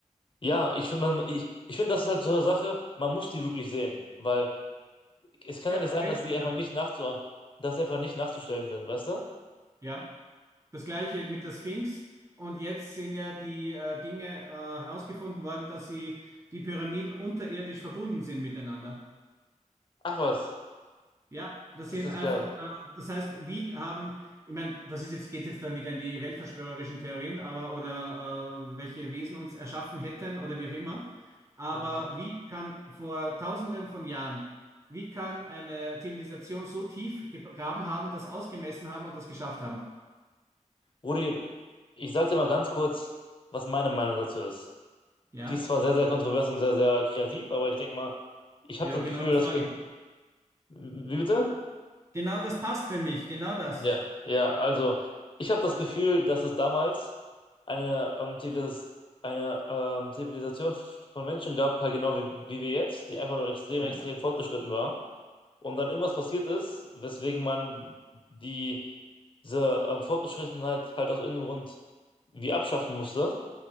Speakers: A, on the left; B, on the right.
A: Ja, ich finde, man, ich, ich finde, das ist halt so eine Sache, man muss die wirklich sehen, weil es kann
B: Ja,
A: ja nicht sein,
B: Weltwunder.
A: dass die einfach nicht nachzu, dass die einfach nicht nachzustellen sind, weißt du?
B: Ja. Das gleiche mit der Sphinx. Und jetzt sind ja die äh, Dinge äh, herausgefunden worden, dass sie die Pyramiden unterirdisch verbunden sind miteinander.
A: Ach was,
B: Ja, das
A: ist
B: sind
A: das
B: einfach,
A: geil.
B: äh, das heißt, wie haben, ich meine, das ist jetzt, geht jetzt dann wieder in die weltverschwörerischen Theorien, aber oder äh, welche Wesen uns erschaffen hätten oder wie auch immer. Aber
A: Mhm.
B: wie kann vor Tausenden von Jahren, wie kann eine Zivilisation so tief gegraben haben, das ausgemessen haben und das geschafft haben?
A: Rudi, ich sag dir mal ganz kurz, was meine Meinung dazu ist.
B: Ja,
A: Die ist zwar sehr, sehr kontrovers und sehr, sehr kreativ, aber ich denke mal, ich habe
B: ja,
A: das
B: genau
A: Gefühl,
B: das
A: dass,
B: mag
A: ge-
B: ich.
A: wie bitte?
B: Genau das passt für mich, genau das.
A: Ja, ja, also ich habe das Gefühl, dass es damals eine, ähm, Zivilis eine ähm, Zivilisation von Menschen gab, halt genau wie, wie wir jetzt, die einfach nur extrem,
B: Ja,
A: extrem fortgeschritten war. Und dann irgendwas passiert ist, weswegen man die, diese ähm, Fortgeschrittenheit halt aus irgendeinem Grund wie abschaffen musste